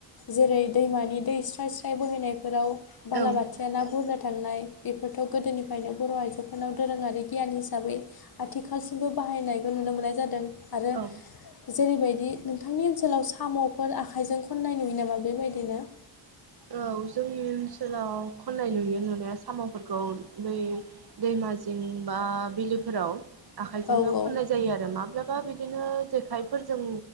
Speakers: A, on the left (about 50°); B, on the right (about 50°).
A: जेरै दैमानि दै स्राय स्राय बोहैनायफोराव बालाबाथि।
B: औ
A: ना बुरनो थांनाय बेफोरथ' गोदोनिफ्रायनो बर' आइजोफोरनाव दोरोङारि गियान हिसाबै। आथिखालसिमबो बाहायनायखौ नुनो मोननाय जादों आरो
B: औ
A: जेरैबायदि। नोंथांनि ओनसोलाव साम'फोर आखाइजों खननाय नुयो नामा बेबायदिनो।
B: औ जोंनि ओनसोलाव खन्नाय नुयो नुनाया साम'फोरखौ बै दैमाजि। जिंबा बिलोफोराव। आखाइजोंनो
A: औ
B: खननाय
A: औ
B: जायो आरो माब्लाबा बिदिनो जेखायफोरजों